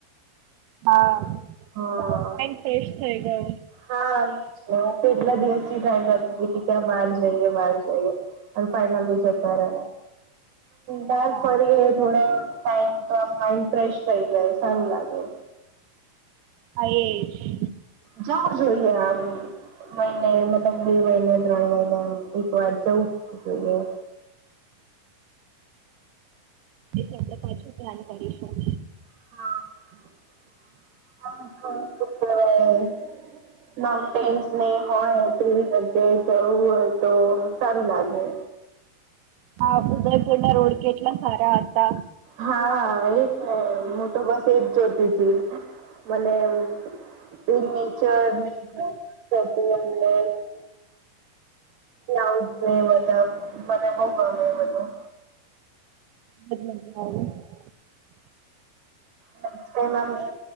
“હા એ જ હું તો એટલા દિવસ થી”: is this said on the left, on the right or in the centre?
Right